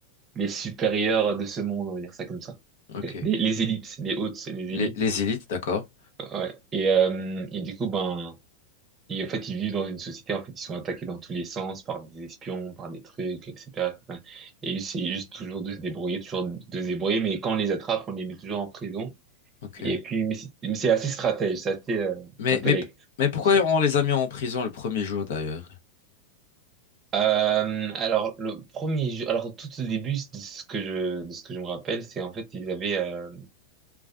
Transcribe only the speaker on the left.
ok.
Les,
les élites, d'accord.
Ok.
Mais,
mais, mais pourquoi
on les a mis en prison le premier jour, d'ailleurs?